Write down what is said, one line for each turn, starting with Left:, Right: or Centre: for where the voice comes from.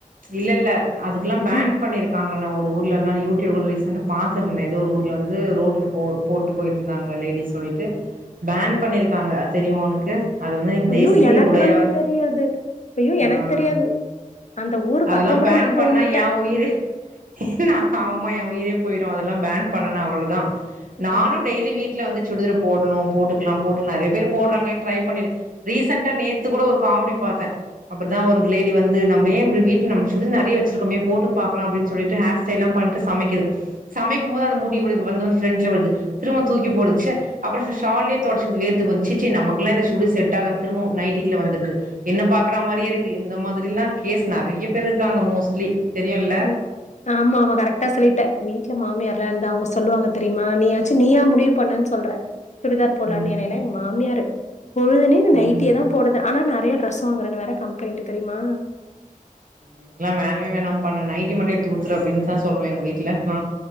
Right: இல்லல்ல அதுக்குலா பேன்
Left: ம்
Right: பண்ணிருக்காங்கலா ஒரு ஊர் இல்ல நா யூடியூபு ரீசன்ட்டா பாத்துருந்தே ஏதோ ஒரு ஊர்லந்து ரோ <unintelligible> போ போட்டு பொயிட்டுந்தாங்க லேடிஸ் சொல்லிட்டு பேன் பண்ணிருக்காங்க அது தெரியுமா ஒனக்கு? அது வந்து
Left: ஐயோ
Right: தேசிய
Left: எனக்கெல்லாம்
Right: உடையவர்
Left: தெரியாது ஐயோ எனக்கு
Right: ஆஹ்
Left: தெரியாது அந்த ஊர்
Right: அதல்லா
Left: பக்கம் கூட
Right: பேன்
Left: நான் போக
Right: பண்ணா
Left: மாட்டேன்
Right: ஏ உயிரு நா ஆம்மா ஏன் உயிரே பொயி அதெல்லாம் பேன் பண்னன அவ்வொதா நானூ
Left: ஆ.
Right: டெய்லி வீட்ல வந்து சுடிதரு போட்ணோ போட்டுக்லா போட்டு நெறைய பேரு போடுறாங்கனேனு ட்ரைப் பண்ணி ரீசன்ட்டா நேத்து கூட ஒரு காமெடி பாத்தே அப்புட்தா ஒரு லேடி வந்து நம்ப ஏ வீட்ல நம் சுடிர் நெறைய்ய வச்சிருக்கமே போட்டூ பாக்லாம் அப்டின் சொல்லிட்டு ஹேர் ஸ்டைல்லா பண்ணிட்டு சமைக்குது. சமைக்கும்போது அந்த முடி விழு வந்து வந் ஃப்ரன்ட்ல விழ்து. திரும்பவு தூக்கி போடு ச்ச அப்றோ ஷல்லயே தொடச்சிக்குது வேர்த்துபோது சீச்சீ நமக்குலா இந்த சுடு செட் ஆகன் திரும்பவும் நைட்டிக்குல்ல வந்துர்து என்ன பாக்றா மாரியேருக் இந்த மாதிரில்லா கேஸ் நெறைய்ய பேர் இருக்காங்க மோஸ்ட்லி தெரியுல்ல
Left: உஹ்ம் ஆமா ஆமா கரெக்டா சொல்லிட்ட வி ட்டுல மாமியார்ல்லா இருந்தா அவங்க சொல்லுவங்க தெரியும்மா நீயாச்சு நீயா முடிவு பண்ண சொல்ற சுடிதார் போடலானு
Right: ம்
Left: நியரே மாம்மியாரு பொழுதுனேனு நைட்டியதா
Right: ம்
Left: போடுதுவே ஆனா நறைய ட்ரெஸ் <unintelligible> வேற கம்ப்ளைன்ட் தெரியுமா
Right: இதுக்குல்லா வெனவே வேணாப்ப நா நைட்டி மட்டு எடுத்து குடுத்துறு அப்பிடிந்தா சொல்றே எங்க வீட்டுல நா